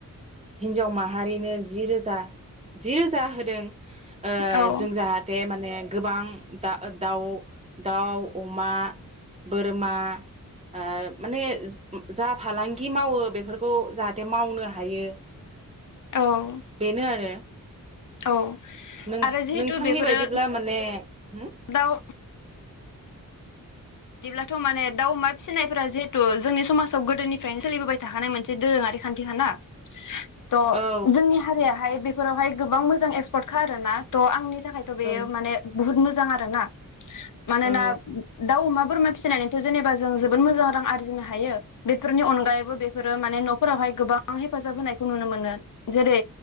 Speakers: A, on the right (about 20°); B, on the left (about 65°).
A: हिन्जाव माहारिनो जि रोजा जि रोजा होदों ओ
B: औ
A: जों जाहाथे माने गोबां दा दाउ - दाउ अमा बोर रमा ओ माने जा फालांगि मावो बेफोरखौ जाहाथे मावनो हायो
B: औ
A: बेनो आरो
B: औ
A: नों-नोंथांनि
B: आरो जिहेथु बेफोरो
A: बायदिब्ला माने हो
B: दाउ बिदिब्लाथ' माने दाउ अमा फिसिनायफोरा जिहेतु जोंनि समाजाव गोदोनिफ्रायनो सोलिबोबाय थाखानाय मोनसे दोरोङारि खान्थिखा ना थ'
A: औ
B: जोंनि हारियाहाय बे फोरावहाय गोबां मोजां एक्सपार्टखा आरोना थ' आंनि थाखा खायथ' बेयो
A: औ
B: मान बहुत मोजां आरो <unintelligible> ना मानोना
A: औ
B: दाउ अमा बोरमा फिसिनानैथ' जेनेबा जों जोबोद मोजां रां आरजिनो हायो बेफोरनि अनगायैबो बैफेरो माने न' फोरावहाय गोबां हेफाजाब होनायखौ नुनो मोनो जेरै